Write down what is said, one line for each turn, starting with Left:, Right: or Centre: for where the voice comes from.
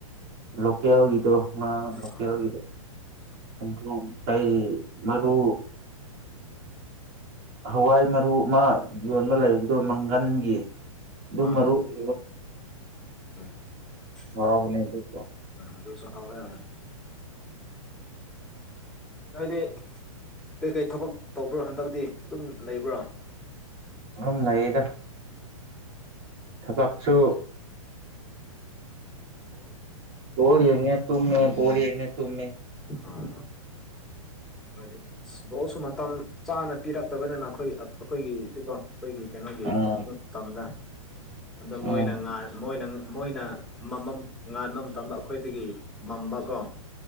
Right: ꯂꯣꯀꯦꯜꯒꯤꯗꯣ ꯉꯥ ꯂꯣꯀꯦꯜꯒꯤꯗꯣ
Centre: ꯑꯥ
Right: ꯆꯝꯊꯣꯡ ꯃꯔꯨ ꯍꯋꯥꯏ ꯃꯔꯨ ꯑꯃ ꯌꯣꯟꯕ ꯂꯩꯕꯗꯣ ꯃꯪꯒꯟꯒꯤ ꯑꯗꯨꯝ
Centre: ꯑꯥ
Right: ꯃꯔꯨꯞ <inaudible>
Centre: ꯎꯝ <inaudible>
Right: ꯍꯥꯎꯕꯅꯦ ꯑꯗꯨꯁꯨ
Centre: ꯑꯗꯨꯁꯨ ꯍꯥꯎꯋꯦ ꯍꯥꯎꯋꯦ ꯅꯣꯏꯗꯤ ꯀꯩꯀꯩ ꯊꯕꯛ ꯇꯧꯕ꯭ꯔꯣ ꯍꯟꯗꯛꯇꯤ ꯑꯗꯨꯝ ꯂꯩꯕ꯭ꯔꯣ
Right: ꯑꯗꯨꯝ ꯂꯩꯌꯦꯗ ꯊꯕꯛꯁꯨ ꯇꯔꯤ ꯌꯦꯉꯦ ꯇꯨꯝꯃꯦ ꯃꯦꯔꯤ ꯌꯦꯉꯦ ꯇꯨꯝ ꯃꯦꯃꯦ
Centre: ꯑ ꯍꯥꯏꯗꯤ ꯕꯣꯜꯁꯨ ꯃꯇꯝ ꯆꯥꯅ ꯄꯤꯔꯛꯇꯕꯅꯤꯅ ꯑꯩꯈꯣꯏ ꯑꯩꯈꯣꯏꯒꯤꯗꯤ ꯀꯣ ꯑꯩꯈꯣꯏꯒꯤ ꯀꯩꯅꯣꯒꯤ
Right: ꯎꯝ
Centre: ꯇꯝꯗ ꯑꯗꯨ
Right: ꯎꯝ
Centre: ꯃꯣꯏꯅ ꯃꯣꯏꯅ ꯃꯣꯏꯅ ꯃꯃꯝ ꯉꯥꯟꯕ ꯃꯇꯝꯗ ꯑꯩꯈꯣꯏꯗꯒꯤ ꯃꯝꯕ ꯀꯣ